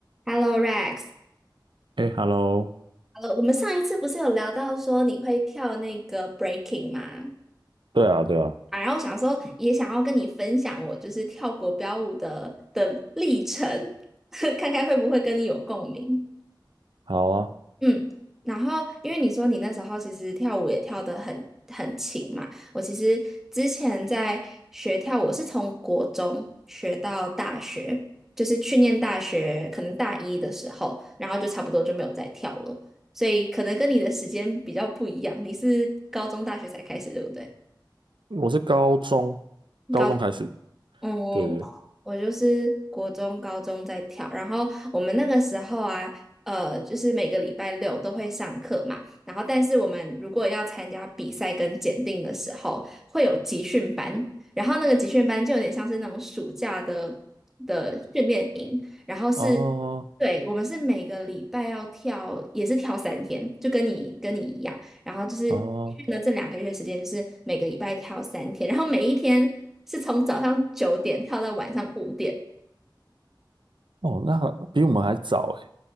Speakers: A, in the centre; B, on the right (about 80°).
A: Hello Rex，Hello，
B: 哎，Hello，
A: 我们上一次不是有聊到说你会跳那个 breaking 吗？
B: 对啊，对啊，
A: 啊，然后我想说也想要跟你分享我就是跳国标舞的的历程，<laughs> 看看会不会跟你有共鸣。
B: 好啊，
A: 嗯，然后因为你说你那时候其实跳舞也跳得很很勤嘛，我其实之前在学跳舞，我是从国中学到大学，就是去念大学，可能大一的时候，然后就差不多就没有再跳了，所以可能跟你的时间比较不一样，你是高中大学才开始，对不对？
B: 我是高中，高中开始。
A: 高。嗯，
B: 对对，
A: 我就是国中、高中在跳，然后我们那个时候啊，呃，就是每个礼拜六都会上课嘛，然后但是我们如果要参加比赛跟检定的时候，会有集训班，然后那个集训班就有点像是那种暑假的的训练营，然后是，
B: 哦
A: 对，我们是每个礼拜要跳，也是跳三天，就跟你跟你一样。然后就是去了这两个月时间，
B: 哦
A: 就是每个礼拜跳三天，然后每一天是从早上九点跳到晚上五点。
B: 哦，那还比我们还早哎，